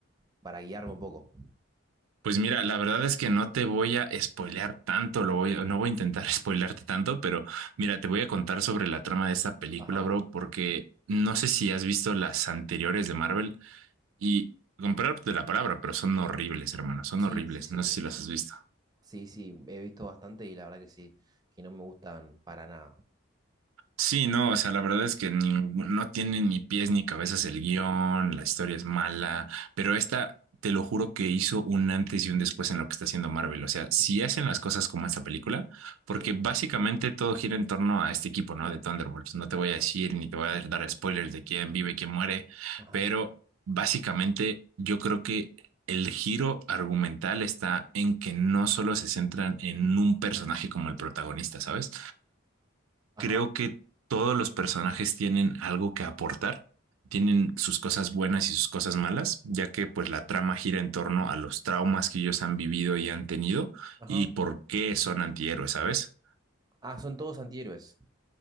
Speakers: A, on the right (about 20°); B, on the right (about 85°).
A: para guiarme un poco.
B: Pues mira, la verdad es que no te voy a spoilear tanto, lo voy, no voy a intentar <laughs> spoilearte tanto, pero mira, te voy a contar sobre la trama de esta película,
A: Ajá,
B: bro, porque no sé si has visto las anteriores de Marvel y comprar de la palabra, pero son horribles, hermano, son
A: sí,
B: horribles.
A: sí, sí,
B: No
A: sí.
B: sé si las has visto.
A: Sí, sí, he visto bastante y la verdad que sí, que no me gustan para nada.
B: Sí, no, o sea, la verdad es que ni- no tiene ni pies ni cabezas el guión, la historia es mala, pero esta, te lo juro que hizo un antes y un después en lo que está haciendo Marvel. O sea, si
A: Ujú.
B: hacen las cosas como esta película, porque
A: Sí,
B: básicamente todo gira en torno a este equipo, ¿no? De Thunderbolts. No te voy
A: ajá,
B: a decir ni te voy a dar spoilers de quién vive, quién muere,
A: ajá.
B: pero básicamente yo creo que el giro argumental está en que no solo se centran en un personaje como el protagonista, ¿sabes?
A: Ajá.
B: creo que todos los personajes tienen algo que aportar, tienen sus cosas buenas y sus cosas malas, ya que pues la trama gira en torno a los traumas que ellos han vivido y han tenido
A: Ajá.
B: y por qué son antihéroes, ¿sabes?
A: Ah, son todos antihéroes.